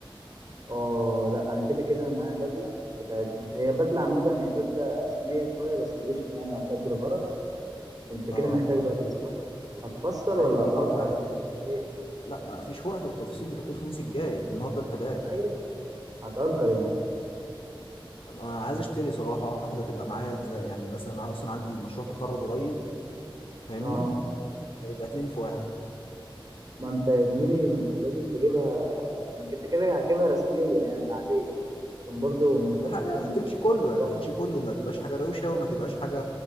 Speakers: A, on the right (about 45°); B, on the left (about 80°).
A: اه لا انا كده كده انا معايا بدلة بتاعت مش هي بدلة عامة هي بدلة رسمية شوية بس قشطة يعني هتأدي الغرض انت كده
B: اه
A: محتاج بدلة صح؟ هتفصل ولا
B: ايوه ده
A: هتأجر
B: رقم واحد
A: ولا هتعمل ايه؟
B: لا ما فيش وقت للتفصيل انت بتقول الخميس الجاي النهارده التلات
A: ايوه هتأجر يعني
B: أنا عايز اشتري صراحه واحده تبقى معايا زي يعني مثلا أنا اصلا عندي مشروع تخرج قريب فاهمني
A: اه
B: فيبقى اتنين في واحد
A: ما انت يا زميلي ما انت لازم تجيبها يعني انت كده هتجيبها رسمية يعني العادية عشان برضه ما ينفعش
B: حاجه
A: تاخدها مدرسة
B: تمشي كله يعني
A: لوحدك
B: تمشي كله ما تبقاش حاجه روشه وما تبقاش حاجه